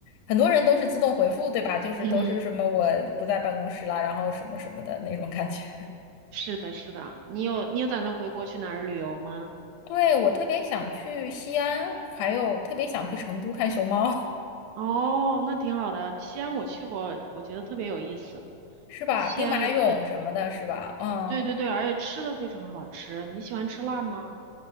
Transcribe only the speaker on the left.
很多人都是自动回复，对吧？就是都是什么我不在办公室啦，
然后什么什么的那种感觉。<laughs>
对，我特别想去西安，还有特别想去成都看熊猫，
<laughs> 是吧？
兵马俑什么的，
是吧？嗯，